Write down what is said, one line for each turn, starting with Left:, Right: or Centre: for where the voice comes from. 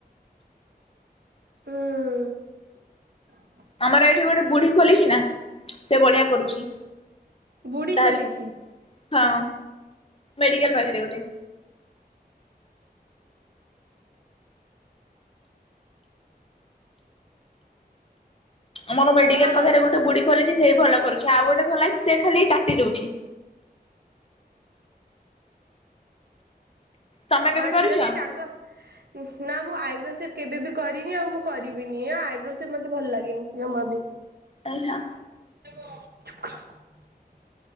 Right: ହଁ
Left: ଆମର ଏଇଠି ଗୋଟେ ବୁଢୀ ଖୋଲିଛି ନା ସେ ବଢିଆ କରୁଛି
Right: ବୁଢୀ
Left: ତାରି
Right: ଖୋଲିଛି
Left: ହଁ ମେଡିକଲ ପାଖରେ ଗୋଟେ ଆମର ମେଡିକାଲ
Right: ହଁ
Left: ପାଖରେ ଗୋଟେ ବୁଢ଼ି ଖୋଲିଛି ସେଇ ବି ଭଲ କରୁଛି ଆଉ ଗୋଟେ ଖୋଲାଛି ସେ ଖାଲି ଦଉଛି ତମେ
Right: ହଁ
Left: କେବେ କରିଛ?
Right: ଠିକ ଅଛି ତାଙ୍କ ନା ମୁଁ ଆ ଆଇୋବ୍ରୋ ସେ କେବେ ବି କରିନି ଆଉ ମୁଁ କରିବିନି ଆଉ ଆଇବ୍ରୋ ସେ ମତେ ଭଲ ଲାଗେନି ଜମା ବି
Left: ହଁ
Right: <inaudible>